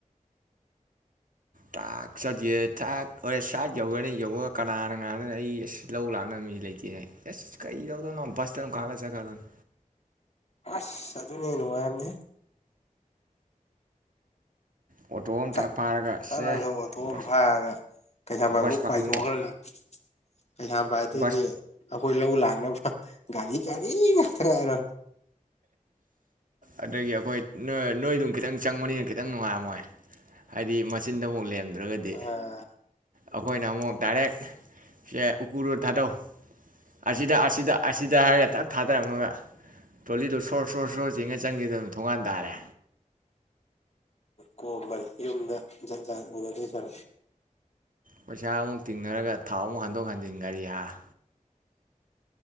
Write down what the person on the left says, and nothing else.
ꯑꯁ ꯑꯗꯨꯅꯦ ꯅꯨꯡꯉꯥꯏꯕꯅꯤ
ꯆꯥꯡꯊ
ꯑꯣꯊꯣ ꯑꯃ
ꯐꯥꯔꯒ ꯀꯩꯁꯥꯝꯄꯥꯠꯐꯥꯎ
ꯄꯥꯏꯊꯣꯛꯈ꯭ꯔꯒ ꯀꯩꯁꯥꯝꯄꯥꯠ ꯇꯩꯗꯤ
ꯑꯩꯈꯣꯏ ꯂꯧ ꯂꯥꯛꯅꯕ ꯒꯥꯔꯤ ꯒꯥꯔꯤ ꯉꯥꯢꯔ
ꯑꯥ
ꯀꯣꯝꯕꯅꯤ ꯌꯔꯨꯝꯗ ꯖꯟꯖꯠ ꯌꯦꯅꯗꯣꯏꯖꯕ